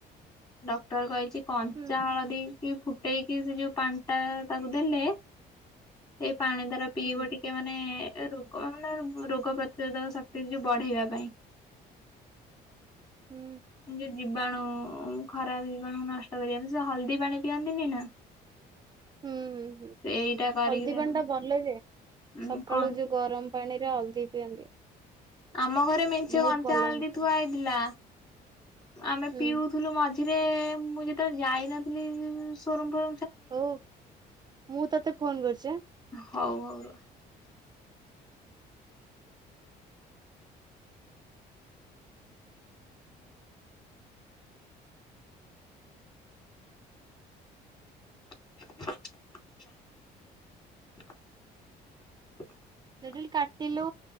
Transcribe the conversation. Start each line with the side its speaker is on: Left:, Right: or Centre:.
Left: ଡକ୍ଟର କହିଛି କଞ୍ଚା
Right: ହୁଁ
Left: ହଳଦୀ କି ଫୁ ପଟେଇକି ସେ ଯୋଉ ପାଣି ଟା ତାକୁ ଦେଲେ ସେଇ ପାଣି ଦାରା ପିଇବ
Right: ହୁଁ
Left: ଟିକେ ମାନେ ରୋଗ ମାନେ ରୋଗ ପ୍ରତିରୋଧକ ଶକ୍ତି ଯ ବଢେଇବା ପାଇଁ। <inaudible>
Right: ହୁଁ।
Left: ଯୋଉ ଜୀବାଣୁ ଖରାପ ଜୀବାଣୁ ନଷ୍ଟ କରିବା ପାଇଁ ସେ ହଳଦୀ ପାଣି ପିଅନ୍ତିନି ନା।
Right: ହୁଁ ହୁଁ ହୁଁ
Left: ସେଇଟା କରିକି
Right: ହଳଦୀ
Left: ଦେମି।
Right: ପାଣି ଟା ଭଲ ଯେ
Left: ଉଁ
Right: ସକାଳୁ
Left: କନ୍
Right: ଯୋଉ ଗରମ ପାଣି ରେ ହଳଦି ପିଅନ୍ତି।
Left: ଆମ ଘରେ ମେଞ୍ଚେ
Right: ବହୁତ
Left: କଞ୍ଚା
Right: ଭଲ
Left: ହଳଦୀ
Right: ଜିନିଷ।
Left: ଥୁଆ ହେଇଥିଲା ଆମେ
Right: ହୁଁ
Left: ପିଉଥିଲୁ ମଜା ସେଥିରେ ମୁଁ ଯେତେବେଳେ ଯାଇନଥିଲି ସୋରମ୍ପୁର
Right: ହଉ ମୁଁ ତତେ ଫୋନ କରୁଛି।
Left: ହଉ ହଉ। <unintelligible>
Right: ଲେଡୁ କାଟିଲୁ